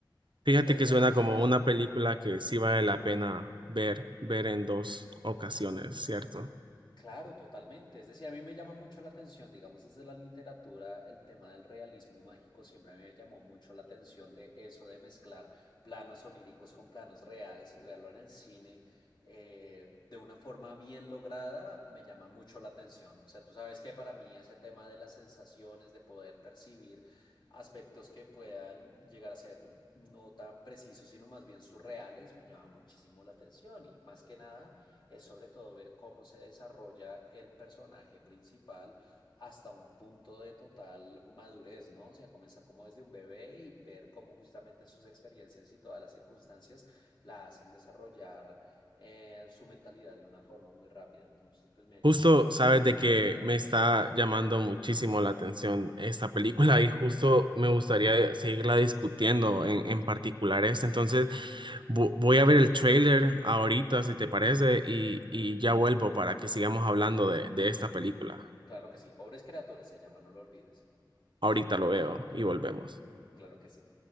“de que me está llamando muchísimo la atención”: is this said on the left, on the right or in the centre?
Right